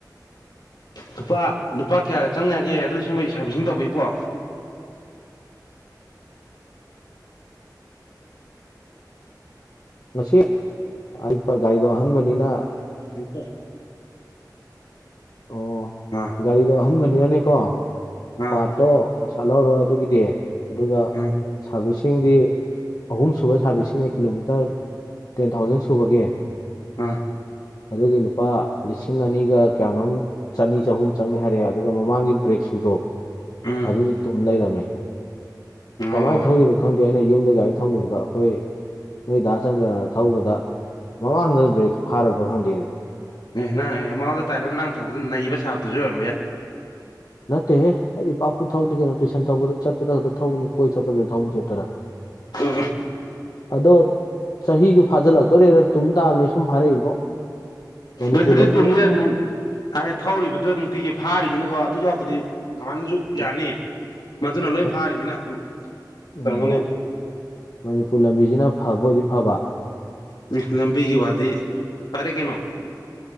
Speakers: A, on the left (about 75°); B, on the left (about 55°).
A: ꯂꯨꯄꯥ ꯂꯨꯄꯥ ꯀꯌꯥꯗ ꯆꯪꯅꯒꯦ ꯑꯗꯨ ꯁꯦꯝꯕꯩ ꯁꯥꯔꯕꯤꯁꯤꯡ ꯇꯧꯕꯩꯕꯣ
B: ꯉꯁꯤ ꯑꯛꯄ ꯒꯥꯔꯤꯗꯣ ꯑꯍꯟꯕꯅꯤꯅ
A: ꯎꯀ
B: ꯑꯣ
A: ꯑꯥ
B: ꯒꯥꯔꯤꯗꯣ ꯑꯍꯟꯕꯅꯤꯅꯅꯦꯀꯣ
A: ꯑꯥ
B: ꯄꯥꯔꯠꯇꯣ ꯄꯩꯁꯥ ꯂꯧꯔꯣꯏ ꯑꯗꯨꯒꯤꯗꯤ ꯑꯗꯨꯒ
A: ꯎꯝ
B: ꯁꯥꯔꯚꯤꯁꯁꯤꯡꯗꯤ ꯑꯍꯨꯝꯁꯨꯨꯕ ꯁꯥꯔꯚꯤꯁꯤꯁꯤꯡꯅꯤ ꯀꯤꯂꯣꯃꯤꯇꯔ ꯇꯦꯟ ꯊꯥꯎꯖꯟ ꯁꯨꯕꯒꯤ
A: ꯑ
B: ꯑꯗꯨꯒꯤ ꯂꯨꯄꯥ ꯂꯤꯁꯤꯡ ꯑꯅꯤꯒ ꯀꯌꯥꯅꯣꯝ ꯆꯅꯤ ꯆꯍꯨꯝ ꯆꯪꯅꯤ ꯍꯥꯏꯔꯛꯑꯦ ꯑꯗꯨꯒ ꯃꯃꯥꯡꯒꯤ ꯕ꯭ꯔꯦꯛ ꯁꯨꯗꯣ
A: ꯎꯝ
B: ꯑꯗꯨ ꯇꯨꯝ ꯂꯩꯔꯝꯃꯤ ꯀꯃꯥꯏꯅ
A: ꯑꯣ
B: ꯊꯧꯔꯤꯅꯣ ꯈꯪꯗꯦ ꯑꯩꯅ ꯌꯨꯝꯗ ꯒꯥꯔꯤ ꯊꯝꯃꯨꯕꯗ ꯑꯩꯈꯣꯏ ꯅꯣꯏ ꯗꯥꯁꯆꯟꯗ꯭ꯔꯅ ꯊꯧꯕꯗ ꯃꯃꯥꯡꯗꯅ ꯕ꯭ꯔꯦꯛ ꯐꯥꯔꯄ꯭ꯔ ꯈꯪꯗꯦꯅꯦ
A: ꯑꯦꯍ ꯅꯪ ꯑꯦ ꯃꯃꯥꯡꯗ ꯇꯥꯏꯔꯅ ꯅꯪ ꯊꯧꯕꯗꯨꯗ ꯅꯩꯕ ꯁꯥꯕꯗꯨꯁꯨ ꯑꯣꯏꯔꯝꯕ ꯌꯥꯏ
B: ꯅꯠꯇꯦ ꯑꯩꯗꯤ ꯄꯥꯛꯄꯨ ꯊꯧꯗꯤꯦ ꯀꯩꯅꯣ ꯇꯨꯏꯁꯟ ꯇꯧꯕꯗ ꯆꯠꯄꯗ ꯈꯛꯇ ꯊꯧꯕꯅꯤ ꯀꯣꯏ ꯆꯠꯄꯗꯨꯗ ꯊꯧꯕ ꯆꯠꯇꯔꯥ
A: ꯎ
B: ꯑꯗꯣ ꯆꯍꯤꯗꯨ ꯐꯥꯖꯤꯜꯂꯛꯇꯣꯔꯦꯗ ꯇꯨꯝ ꯇꯥꯔꯂ ꯁꯨꯝ ꯐꯥꯔꯛꯏꯕꯣ ꯃꯅꯤꯄꯨꯔ
A: ꯁꯔꯤ
B: ꯂꯝꯕꯤꯅ
A: ꯇꯣꯃꯤꯅ ꯍꯥꯏꯥꯟꯗꯤ ꯊꯧꯔꯤꯕꯗꯨꯣ ꯅꯨꯡꯇꯤꯒꯤ ꯐꯥꯔꯤꯕꯅꯤꯅꯀꯣ ꯑꯗꯨ ꯌꯥꯎꯔꯒꯗꯤ ꯀꯃꯅꯁꯨ
B: ꯎꯝ
A: ꯌꯥꯅꯤꯌꯦ ꯃꯗꯨꯅ ꯂꯣꯏ
B: ꯃ-
A: ꯐꯥꯔꯤꯅꯤꯅ
B: ꯎꯝ
A: ꯀꯩꯅꯝꯒꯅꯤ
B: ꯃꯅꯤꯄꯨꯔ ꯂꯝꯕꯤꯁꯤꯅ ꯐꯕ ꯑꯣꯏꯗꯤ ꯐꯕ
A: ꯎꯝ ꯂꯝꯕꯤꯒꯤ ꯋꯥꯗꯤ ꯐꯔꯦ ꯀꯩꯅꯣ